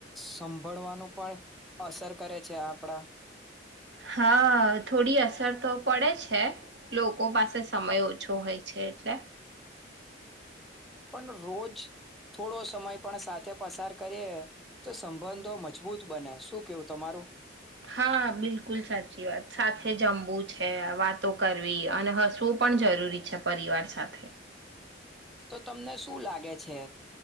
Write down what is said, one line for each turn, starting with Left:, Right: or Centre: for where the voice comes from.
Centre: સંભળવાનું પણ અસર કરે છે આપડા
Right: હા થોડી અસર તો પડે છે લોકો પાસે સમય ઓછો હોય છે એટલે.
Centre: પણ રોજ થોડો સમય પણ સાથે પસાર કરીએ તો સંબંધો મજબૂત બને શું કેવું તમારું.
Right: હા બિલકુલ સાચી વાત સાથે જમવું છે વાતો કરવી અને હસવું પણ જરૂરી છે પરિવાર સાથે.
Centre: તો તમને શું લાગે છે